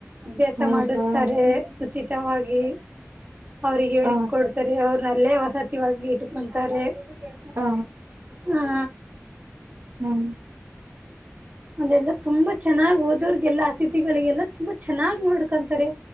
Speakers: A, on the right (about 35°); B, on the right (about 60°).
A: ಅಭ್ಯಾಸ
B: ಹೌದಾ
A: ಮಾಡಿಸ್ತಾರೆ
B: ಹ
A: ಉಚಿತವಾಗಿ ಅವ್ರಿಗೆ ಹೇಳ
B: ಹ
A: ಕೊಡ್ತಾರೆ ಅವರು ನಲ್ಲೇ ವಸತಿವಾಗಿ ಇಟ್ಕೊಂತಾರೆ ಕೆ
B: ಹ
A: ಹ್ಮ
B: ಹ್ಮ್
A: ಅಲ್ಲೆಲ್ಲಾ ತುಂಬಾ ಚೆನ್ನಾಗ್ ಓದೋರ್ಗೆಲ್ಲಾ ಅತಿಥಿಗಳಿಗೆಲ್ಲಾ ತುಂಬಾ ಚೆನ್ನಾಗ್ ನೋಡ್ಕೊಂತಾರೆ